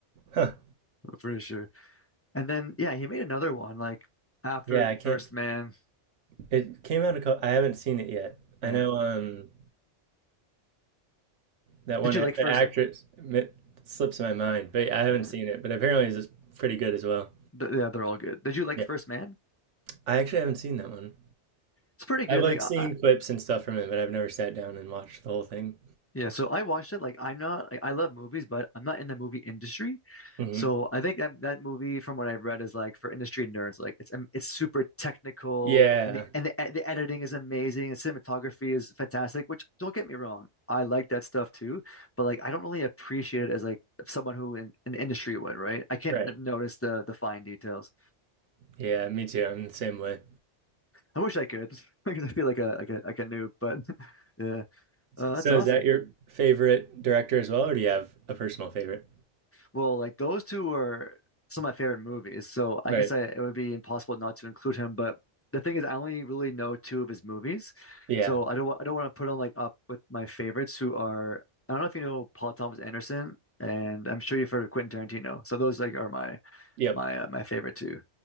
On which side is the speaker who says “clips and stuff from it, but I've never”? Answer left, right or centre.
Right